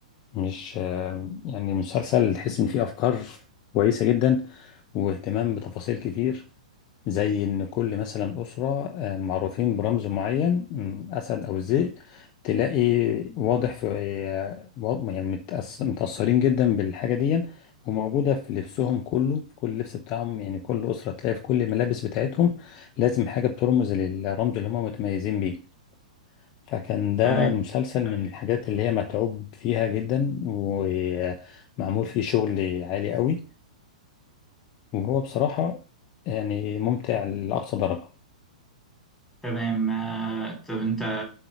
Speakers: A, on the left; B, in the centre.
A: مش آه، يعني مسلسل تحس ان فيه افكار كويسه جدا واهتمام بتفاصيل كتير زي إن كل مثلا أسرة آه، معروفين برمز معين مم، أسد أو الذئب تلاقي واضح في آه، واضح- يعني متأس- متأثرين جدا بالحاجة دي وموجودة في لبسهم كله في كل لبس بتاعهم يعني كل أسرة تلاقي في كل الملابس بتاعتهم لازم حاجة بترمز للرمز اللي هم متميزين بيه فكان ده
B: تمام
A: المسلسل من الحاجات اللي هي متعوب فيها جدا ومعمول فيه شغل عالي قوي وهو بصراحة يعني ممتع لأقصى درجة
B: تمام آه، طب انت